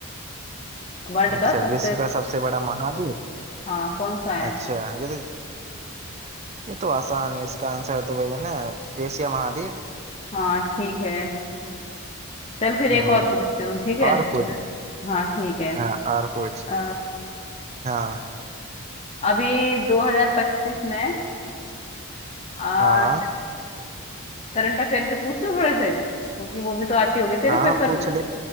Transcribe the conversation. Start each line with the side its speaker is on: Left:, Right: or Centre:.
Left: वर्ल्ड
Right: अच्छा
Left: का सबसे
Right: विश्व का सबसे बड़ा महाद्वीप
Left: हाँ कौन सा है
Right: अच्छा ये तो ये तो आसान है इसका आंसर तो वही है ना एशिया महाद्वीप
Left: हाँ ठीक है चल फिर एक
Right: हम्म
Left: और पूछती हूँ ठीक है
Right: और
Left: थोड़े
Right: पूछ
Left: हाँ ठीक है
Right: हाँ और पूछ
Left: अ,
Right: हाँ
Left: अभी 2025 में आ,
Right: हाँ
Left: करंट अफेयर के पूछ लूं थोड़े से क्योंकि वो भी तो आती होगी तेरे
Right: हाँ
Left: पेपर
Right: पूछ
Left: में
Right: ले